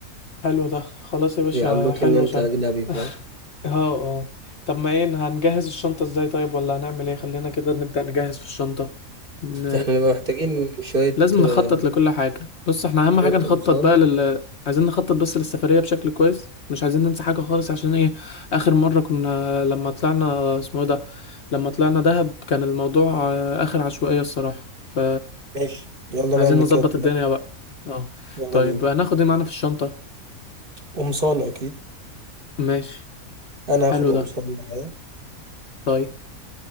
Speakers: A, on the left; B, on the right.
A: حلو ده خلاص يا باشا
B: بيعاملوك
A: حلو
B: إن أنت
A: شرم
B: أجنبي
A: <laughs>
B: فاهم
A: اه اه طب ما ايه هنجهز الشنطة ازاي طيب ولا هنعمل ايه خلينا كده نبدأ نجهز في الشنطة ن...
B: إحنا نبقى محتاجين شوية
A: لازم
B: آه،
A: نخطط لكل حاجة بص احنا أهم
B: شوية
A: حاجة
B: قمصان
A: نخطط بقى لل عايزين نخطط بس للسفرية بشكل كويس مش عايزين ننسى حاجة خالص عشان ايه آخر مرة كنا لما طلعنا اسمه ايه ده لما طلعنا دهب كان الموضوع آه، آخر عشوائية الصراحة ف
B: ماشي يلا
A: عايزين
B: نعمل
A: نظبط
B: كده دلوقتي
A: الدنيا بقى اه
B: يلا
A: طيب
B: بينا
A: هناخد ايه معانا في الشنطة
B: قمصان اكيد
A: ماشي
B: انا
A: حلو
B: هاخد قمصان
A: ده
B: معايا
A: طيب